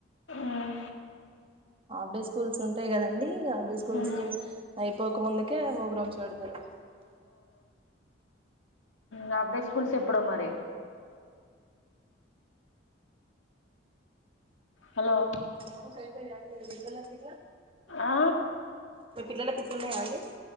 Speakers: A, on the left (about 85°); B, on the right (about 25°).
A: um
B: half day schools ఉంటాయి కదండి హాఫ్ డే స్కూల్స్
A: ఉమ్
B: అయిపోక ముందుకే ప్రోగ్రామ్స్ పెడతారు
A: హాఫ్డే స్కూల్స్ ఎప్పుడో మరి హలో
B: <unintelligible>
A: ఆ
B: మీ పిల్లల తిప్పున్నాయా అండి